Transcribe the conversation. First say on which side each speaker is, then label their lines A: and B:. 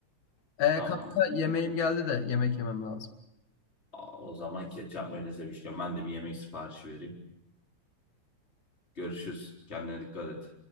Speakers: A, on the left; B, on the left.
A: E,
B: Tamam.
A: kanka yemeğim geldi de yemek yemem lazım.
B: A- O zaman ketçap, mayonez demişken ben de bir yemek siparişi vereyim. Görüşürüz. Kendine dikkat et.